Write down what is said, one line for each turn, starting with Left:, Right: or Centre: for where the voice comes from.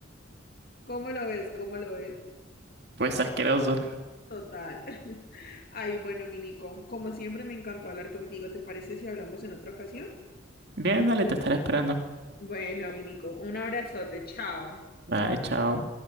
Left: ¿Cómo lo ves? ¿Cómo lo ves?
Right: Pues asqueroso.
Left: Total. <laughs> Ay, bueno, mi Nico, como siempre me encantó hablar contigo. ¿Te parece si hablamos en otra ocasión?
Right: Bien, dale, te estaré esperando.
Left: Bueno, mi Nico, un abrazote, chao.
Right: Bye, chao.